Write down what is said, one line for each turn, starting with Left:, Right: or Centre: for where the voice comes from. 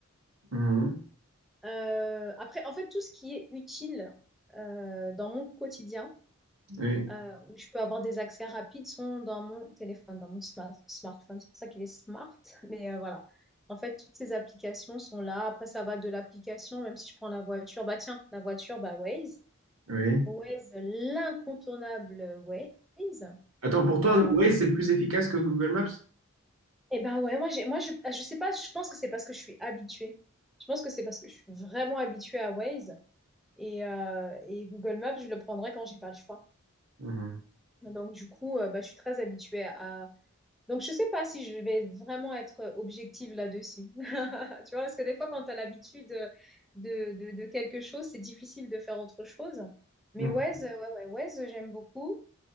Right: mhm.
Centre: Euh, après, en fait, tout ce qui est utile euh, dans mon quotidien,
Right: Oui,
Centre: euh, où je peux avoir des accès rapides, sont dans mon téléphone, dans mon smart- smartphone. C'est pour ça qu'il est smart, <laughs> mais euh, voilà. En fait, toutes ces applications sont là. Après, ça va de l'application, même si je prends la voiture. Bah tiens, la voiture, bah Waze.
Right: oui.
Centre: Waze, l'incontournable Waze.
Right: Attends, pour toi,
Centre: Euh,
Right: ouais, c'est plus efficace que Google Maps?
Centre: Et ben ouais, moi j'ai moi je je sais pas, je pense que c'est parce que je suis habituée. Je pense que c'est parce que je suis vraiment habituée à Waze et, euh, et Google Maps, je le prendrai quand j'ai pas le choix.
Right: Mhm.
Centre: Donc du coup, euh, bah, je suis très habituée à Donc je sais pas si je vais vraiment être objective là-dessus. <laughs> Tu vois, parce que des fois quand tu as l'habitude de, de, de, de quelque chose, c'est difficile de faire autre chose. Mais
Right: Mhm.
Centre: Waze, euh, ouais ouais, Waze, j'aime beaucoup.